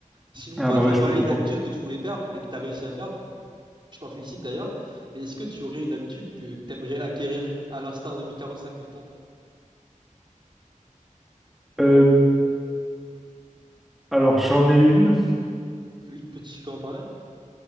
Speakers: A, on the right; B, in the centre.
A: Sinon,
B: Ah
A: toi,
B: bah
A: tu
B: ouais,
A: as
B: je
A: parlé
B: peux comprendre.
A: d'habitudes que tu voulais perdre et que tu as réussi à perdre. Je t'en félicite d'ailleurs. Mais est-ce que tu aurais une habitude que tu aimerais acquérir, à l'instar de mes 45 000 pompes?
B: Euh, Alors, j'en ai une.
A: Oui, peux-tu peux en parler? hein